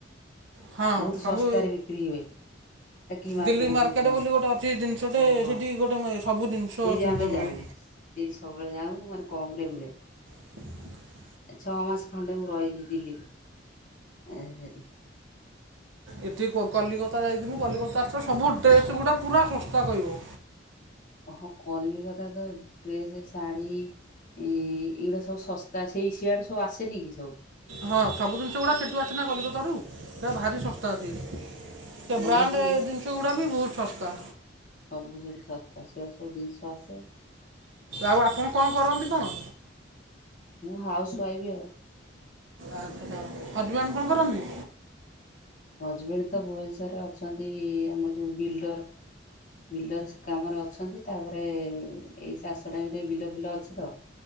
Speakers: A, on the right; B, on the left.
A: ହଁ
B: ବହୁତ୍ ଶସ୍ତାରେ
A: ସବୁ
B: ବିକ୍ରି ହୁଏ। କି ମାର୍କେଟ
A: ଦିଲ୍ଲୀ
B: ଗୋଟେ କୁହନ୍ତି
A: ବୋଲି ଗୋଟେ ଅଛି ଜିନିଷଟେ
B: ହଁ ହଁ
A: ସେଠି ଗୋଟେ ମେ- ସବୁ ଜିନିଷ
B: ସେଇଠି
A: ସୁବିଧା
B: ଆମେ
A: ମିଳେ
B: ଯାଉ। ସେଇଠି ସବୁବେଳେ ଯାଉ ମାନେ କମ୍ ରେ ମିଳେ।
A: <inaudible>
B: ଛଅ ମାସ ଖଣ୍ଡେ ମୁଁ ରହିଲି ଦିଲ୍ଲୀରେ ଏ ସେଟି।
A: ଏଠି କଲିକତା ଯାଇଥଥିଲୁ କଲିକତାର ତ ସବୁ ଡ୍ରେସ୍ ଗୁଡ଼ା ପୁରା ଶସ୍ତା କହିବ।
B: ଓହୋ କଲିକତା ତ ଡ୍ରେସ ଶାଢୀ ଏ ଏଇଗୁଡା ସବୁ ଶସ୍ତା ସେଇ ସିଆଡ ସବୁ ଆସେନି କି ସବୁ
A: ହଁ ସବୁ ଜିନିଷ ଗୁଡ଼ା ସେଠୁ ଅଛି ନା କଲିକତାରୁ ସେ ଭାରି ଶସ୍ତା ଅଛି ସେ
B: ବଢ଼ିଆ
A: ବ୍ରାଣ୍ଡର
B: ଯେ
A: ଜିନିଷ ଗୁଡ଼ା ବି ବହୁତ ଶସ୍ତା
B: ସବୁ ସେଠି ଶସ୍ତା ସେଆଡ ସବୁ ଜିନିଷ ଆସେ
A: ଆଉ ଆପଣ କଣ କରନ୍ତି କଣ
B: ମୁଁ ହାଉସ ୱାଇଫ୍ ଆଉ
A: ଆଚ୍ଛା ହଜବାନ କଣ କରନ୍ତି
B: ହଜବେଣ୍ଡ ତ ଭୁବନେଶ୍ୱରରେ ଅଛନ୍ତି ଆମ ଯେଉଁ ବିଲ୍ଡର ବିଲ୍ଡର ସେ କାମରେ ଅଛନ୍ତି ତାପରେ ଏଇ ଚାଷଟା ବିତି ବିଲ ଫିଲ ଅଛି ତ